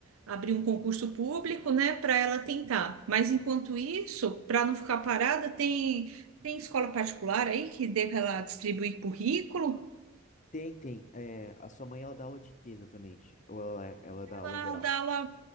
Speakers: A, on the right (about 85°); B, on the left (about 35°).
A: abrir um concurso público, né, para ela tentar. Mas enquanto isso, para não ficar parada, tem, tem escola particular aí que dê para ela distribuir currículo?
B: Tem, tem. É, a sua mãe, ela dá aula de quê exatamente? Ou ela, ela dá aula
A: Ela
B: geral?
A: dá aula